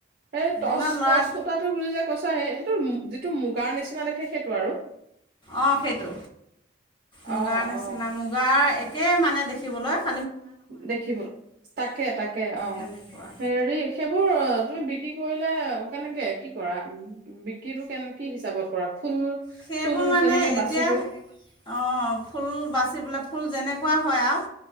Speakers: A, on the right (about 50°); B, on the left (about 25°).
A: সেই
B: দিনত
A: টচ
B: ল'ৰাক
A: টচ খুতটো বুলি যে কৈছা স সেইটো যিটো মুগাৰ নিচিনা দেখে সেইটো আৰু
B: অ সেইটো মুগাৰ
A: অ
B: নিচিনা
A: অ
B: মুগাৰ একে মানে দেখি শিকিবলৈ
A: দেখিবলৈ তাকে তাকে অ
B: তেনেকুৱা
A: হেৰী সেইবোৰ তুমি বিক্ৰী কৰিলে কেনেকৈ কি কৰা বিক্ৰীটো কেনে কি হিচাপত কৰা ফুল
B: সেইবোৰ
A: চুল
B: মানে
A: তেনেকে
B: এতিয়া
A: বাচি কৰি
B: অ ফুল বাচি পেলাই ফুল যেনেক লগোৱা হয় আৰু